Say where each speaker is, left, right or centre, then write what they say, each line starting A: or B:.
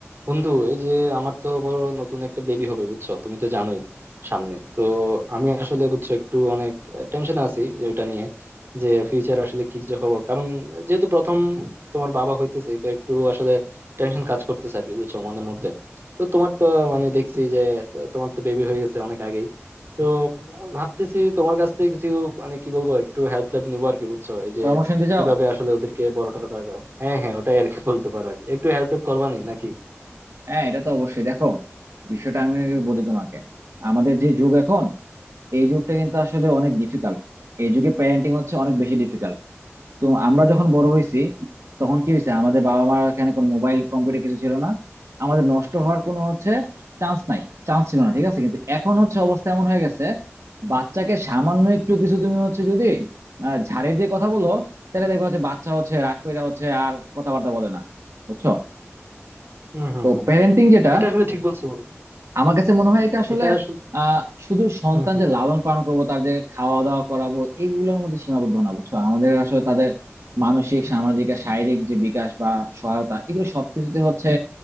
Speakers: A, on the right (about 55°); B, on the right (about 80°).
A: বন্ধু এই যে আমার তো বড় নতুন একটা বেবি হবে বুঝছো তুমি তো জানোই সামনে তো আমি আসলে বুঝছো একটু অনেক টেনশন আছি যে ওটা নিয়ে যে ফিউচার আসলে কি যে হবো কারণ যেহেতু প্রথম তোমার বাবা হইতেছে তো একটু আসলে টেনশন কাজ করতেছে আর কি বুঝছো মনের মধ্যে তো তোমার তো মানে দেখছি যে তোমার তো বেবি হয়ে গেছে অনেক আগেই তো ভাবতেছি তোমার কাছ থেকে কিছু মানে কি বলবো একটু হেল্প টেল্প নিবো আর কি বুঝছো এই যে
B: পরামর্শ নিতে চাও
A: কিভাবে আসলে ওদেরকে বড় টড় করা যাও হ্যাঁ হ্যাঁ ওটাই আর কি বলতে পারো আর কি। একটু হেল্প করবা নি নাকি
B: হ্যাঁ এটা তো অবশ্যই দেখো বিষয়টা আমি বলি তোমাকে আমাদের যে যুগ এখন এই যুগটা কিন্তু আসলে অনেক ডিফিকাল্ট এই যুগে প্যারেন্টিং হচ্ছে অনেক বেশি ডিফিকাল্ট তো আমরা যখন বড় হয়েছি তখন কি হয়েছে আমাদের বাবা মার এখানে কোনো মোবাইল কম্পিউটার কিছু ছিল না আমাদের নষ্ট হওয়ার কোনো হচ্ছে চান্স নাই চান্স ছিল না ঠিক আছে কিন্তু এখন হচ্ছে অবস্থা এমন হয়ে গেছে বাচ্চাকে সামান্য একটু কিছু তুমি হচ্ছে যদি আহ, ঝাড়ি দিয়ে কথা বলো তাহলে দেখবে হচ্ছে বাচ্চা হচ্ছে রাগ কইরা হচ্ছে আর কথাবার্তা বলে না বুঝছো
A: হম হম
B: তো
A: হম
B: প্যারেন্টিং যেটা
A: এটা আসলে ঠিক বলছো বন্ধু
B: আমার কাছে মনে হয় এটা আসলে
A: এটা আসলে
B: আহ শুধু সন্তান
A: হম হম
B: যে লালন পালন করবো তার যে খাওয়া দাওয়া করাবো এগুলোর মধ্যে সীমাবদ্ধ না বুঝছো আমাদের আসলে তাদের মানসিক সামাজিক আর শারীরিক যে বিকাশ বা সহায়তা এগুলো সবকিছুতে হচ্ছে